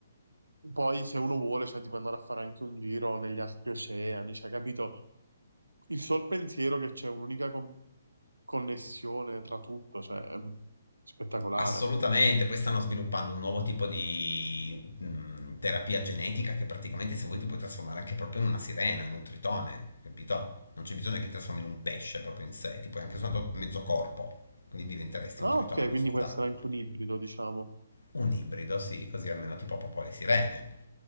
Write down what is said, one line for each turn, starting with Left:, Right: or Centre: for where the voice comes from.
Right: Poi se uno vuole, cioè, ti può andare a fare anche un giro negli altri oceani, cioè, capito? Il sol pensiero che c'è un'unica con- connessione tra tutto, cioè, è spettacolare.
Left: Assolutamente, poi stanno sviluppando un nuovo tipo di mh, terapia genetica che praticamente se vuoi ti puoi trasformare anche proprio in una sirena, in un tritone, capito? Non c'è bisogno che ti trasformi in un pesce proprio in sé, ti puoi anche soltanto mezzo corpo, quindi diventeresti
Right: Ah,
Left: un tritone
Right: ok, quindi
Left: sott'acqua.
Right: può essere anche un ibrido, diciamo.
Left: Un ibrido, sì, così almeno tipo Popò le sirene.